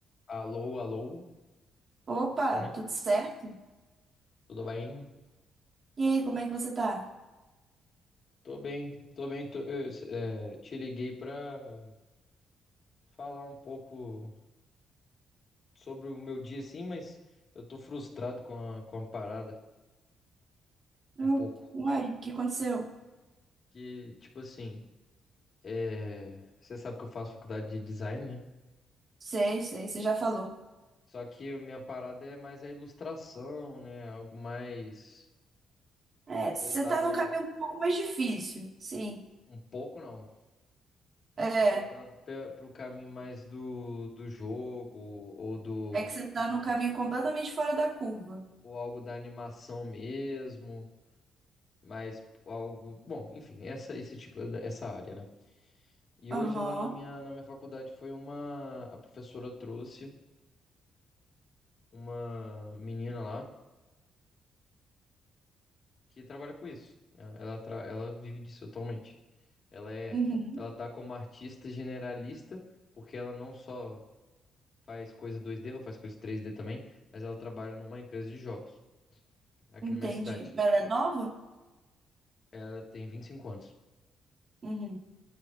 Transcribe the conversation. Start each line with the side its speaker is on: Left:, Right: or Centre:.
Left: Alô, alô,
Right: Opa,
Left: boa noite,
Right: tudo certo?
Left: tudo bem?
Right: E aí, como é que você tá?
Left: Tô bem, tô bem, tô- eu, é, te liguei pra falar um pouco sobre o meu dia, assim. mas eu tô frustrado com a, com a parada,
Right: Eu,
Left: um pouco.
Right: uai, o que aconteceu?
Left: Que, tipo assim, é, você sabe que eu faço faculdade de design, né?
Right: Sei, sei, você já falou.
Left: Só que a minha parada é mais a ilustração, né? Algo mais
Right: É, você
Left: voltado
Right: tá num
Left: aí,
Right: caminho um pouco mais difícil, sim.
Left: um pouco não,
Right: É,
Left: voltado para o caminho mais do, do jogo ou do
Right: é que você tá
Left: do
Right: num caminho completamente fora da curva.
Left: ou algo da animação mesmo, mas algo, bom, enfim, essa esse tipo essa área, né? E hoje
Right: Aham,
Left: lá na minha na minha faculdade foi uma a professora trouxe uma menina lá que trabalha com isso, né? Ela tra, ela vive disso atualmente. Ela é
Right: uhum,
Left: ela tá como artista generalista, porque ela não só faz coisa 2D, ela faz coisa 3D também, mas ela trabalha numa empresa de jogos aqui
Right: entendi.
Left: na minha cidade.
Right: Mas Ela é nova?
Left: Ela tem 25 anos.
Right: Uhum,